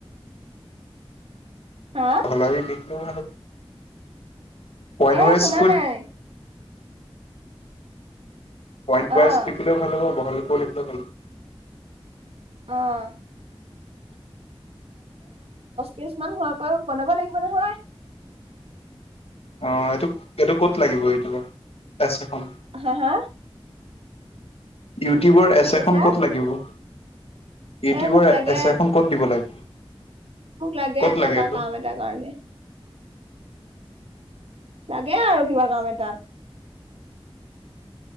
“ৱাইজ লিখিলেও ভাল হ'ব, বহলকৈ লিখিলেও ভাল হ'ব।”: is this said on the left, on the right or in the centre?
Left